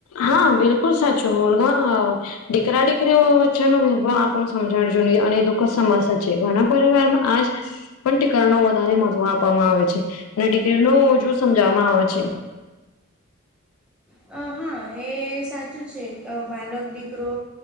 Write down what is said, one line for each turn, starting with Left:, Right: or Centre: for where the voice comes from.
Left: હા બિલકુલ સાચું મુલગ- - દીકરા દીકરીઓ વચ્ચેનોો ભેદભાવ આપણને સમજણ જો ન અને દુઃખ સમસ્યા છે ઘના પરિવારમાં આજ- - પણ ીકરા ન વધારે મહત્વ આપવામાં આવે છે અને દીકરી ન જોુ સમજાવવામાં આવે છે- -
Centre: અ હા એ સાચું છે બાલક દીકરો